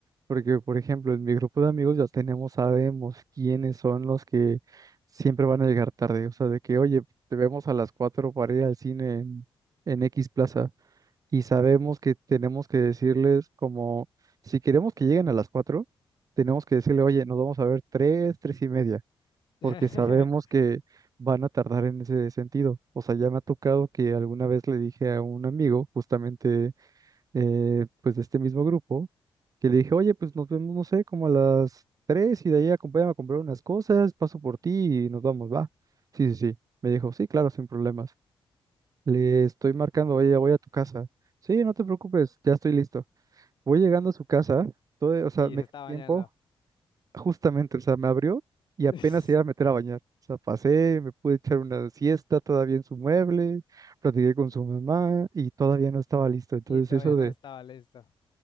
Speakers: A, on the right; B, on the left.
A: porque, por ejemplo, en mi grupo de amigos ya tenemos, sabemos quiénes son los que siempre van a llegar tarde, o sea, de que, oye, te vemos a las 4 para ir al cine en, en X Plaza y sabemos que tenemos que decirles como, si queremos que lleguen a las 4, tenemos que decirle, oye, nos vamos a ver 3, 3 y media. porque
B: <laughs>
A: sabemos que van a tardar en ese sentido. O sea, ya me ha tocado que alguna vez le dije a un amigo, justamente eh, pues de este mismo grupo, que le dije, oye, pues nos vemos, no sé, como a las 3 y de ahí acompáñame a comprar unas cosas, paso por ti y nos vamos, va. Sí, sí, sí. Me dijo, sí, claro, sin problemas. Le estoy marcando, oye, ya voy a tu casa. Sí, no te preocupes, ya estoy listo. Voy llegando a su casa, todo, o sea,
B: Y
A: me
B: se
A: dio
B: está bañando.
A: tiempo Justamente, o sea, me abrió y apenas
B: <laughs>
A: se iba a meter a bañar. O sea, pasé, me pude echar una siesta todavía en su mueble, platiqué con su mamá y todavía no estaba listo. Entonces,
B: Y todavía
A: eso de,
B: no estaba listo.